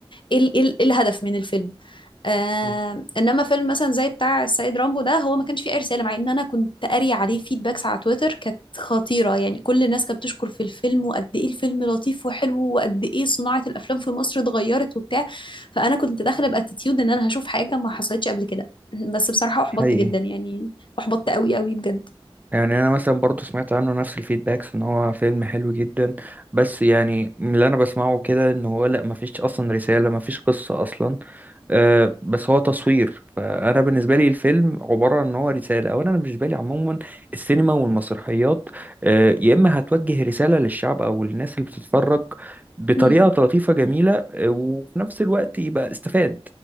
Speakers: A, on the left (about 55°); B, on the right (about 15°).
A: ايه ال- إيه ال- إيه الهدف من الفيلم آه
B: مم.
A: انما فيلم مثلا زي بتاع السيد رامبو ده هو ما كانش فيه اي رساله مع ان انا كنت قاري عليه فيدباكس على تويتر كانت خطيره يعني كل الناس كانت بتشكر في الفيلم وقد ايه الفيلم لطيف وحلو وقد ايه صناعه الافلام في مصر اتغيرت وبتاع فانا كنت داخله باتيتيود ان انا هشوف حاجه ما حصلتش قبل كده بس بصراحه احبطت
B: حقيقي
A: جدا يعني احبطت قوي قوي بجد
B: يعني انا مثلا برضو سمعت عنه نفس الفيدباكس ان هو فيلم حلو جدا بس يعني من اللي انا بسمعه كده ان هو لا مفيش اصلا رسالة مفيش قصة اصلا آه، بس هو تصوير فانا بالنسبه لي الفيلم عباره عن ان هو رساله اولا انا بالنسبه لي عموما السينما والمسرحيات آه، يا اما هتوجه رساله للشعب او للناس اللي بتتفرج بطريقه
A: امم
B: لطيفه جميله آه، وفي نفس الوقت يبقى استفاد